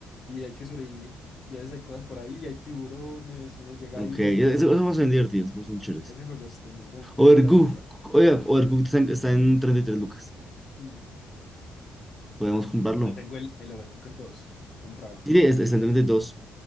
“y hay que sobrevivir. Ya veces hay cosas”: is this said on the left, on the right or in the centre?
Left